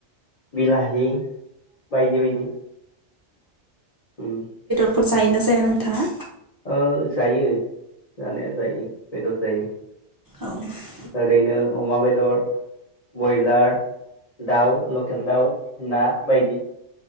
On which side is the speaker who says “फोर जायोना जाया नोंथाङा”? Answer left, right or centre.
Right